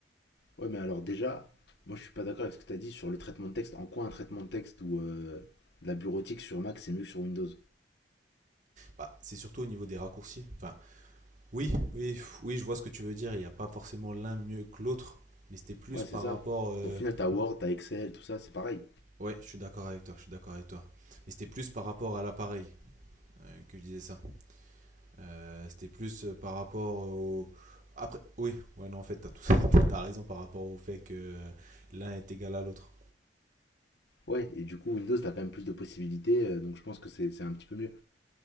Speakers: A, on the left; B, on the right.
A: Ouais, mais alors déjà, moi je suis pas d'accord avec ce que tu as dit sur le traitement de texte. En quoi un traitement de texte ou euh, de la bureautique sur Mac c'est mieux que sur Windows
B: Bah, c'est surtout au niveau des raccourcis. Enfin, Oui, oui, oui, je vois ce que tu veux dire. Il n'y a pas forcément l'un mieux que l'autre, mais c'était plus
A: Ouais,
B: par
A: c'est ça.
B: rapport. euh,
A: Au final, t'as Word, t'as Excel, tout ça, c'est pareil.
B: Ouais, je suis d'accord avec toi, je suis d'accord avec toi. Mais c'était plus par rapport à l'appareil euh, que je disais ça. Euh, c'était plus euh, par rapport au. Après, oui, ouais, non, en fait, t'as tout... <laughs> t'as- raison par rapport au fait que euh, l'un est égal à l'autre.
A: Ouais, et du coup, Windows, t'as quand même plus de possibilités, euh, donc je pense que c'est c'est un petit peu mieux.